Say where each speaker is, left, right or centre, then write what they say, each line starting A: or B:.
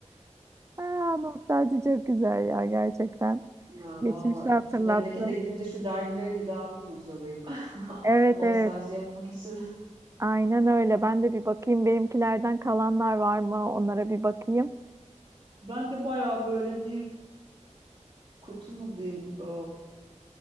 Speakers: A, on the right; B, on the right.
A: Aa, nostalji çok güzel ya gerçekten.
B: Ya
A: Geçmişi
B: valla
A: hatırlattı.
B: şu memlekete gidince şu dergileri bir daha bir kurcalayayım. <laughs>
A: Evet
B: Nostalji
A: evet
B: yapmak için.
A: aynen öyle. Ben de bir bakayım benimkilerden kalanlar var mı? Onlara bir bakayım.
B: Ben de bayağı böyle bir kutu mu diyeyim, e,